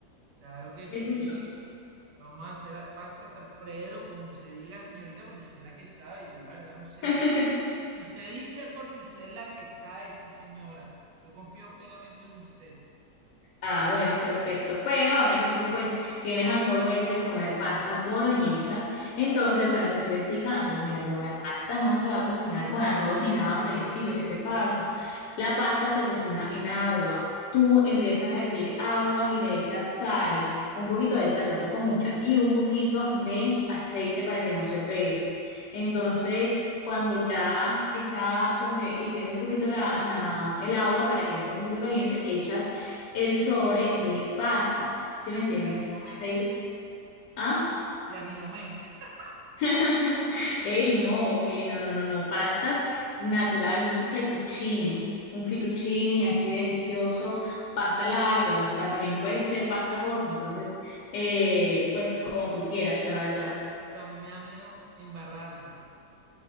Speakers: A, on the right (about 75°); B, on the left (about 80°).
A: Claro que
B: ¿me
A: sí.
B: escuchó?
A: Vamos a hacer a- pasas, Alfredo, como usted diga, señorita, porque usted es la que sabe. Yo la verdad no sé
B: <laughs>
A: nada. Si usted dice es porque usted es la que sabe, sí, señora. Yo confío plenamente en usted.
B: Ah, bueno, perfecto. Pero ahora que tú pues tienes antojo es de comer pastas boloñesas, entonces bueno, te sigo explicando. Mira, no, la pasta no se va a cocinar con arroz ni nada por el estilo. ¿Qué te pasa? La pasta se cocina en agua. Tú empiezas a hervir agua y le echas sal, un poquito de sal, tampoco mucha, y un poquito de aceite para que no se pegue. Entonces, cuando ya está como que hirviendo un poquito la, la- el agua para que esté un poquito caliente, echas el sobre de pastas, ¿sí me entiendes?
A: Yajinomen,
B: Hasta
A: ¿qué?
B: ahí, ¿ah?
A: Yajinomen. <laughs>
B: <laughs> Ey, no, que no, no, no, no, pastas natural, un fettuccine, un fettuccine así delicioso, pasta larga, o sea, también puede ser pasta corta, entonces, eh, pues como tú quieras, la verdad.
A: Pero a mí me da miedo embarrarla.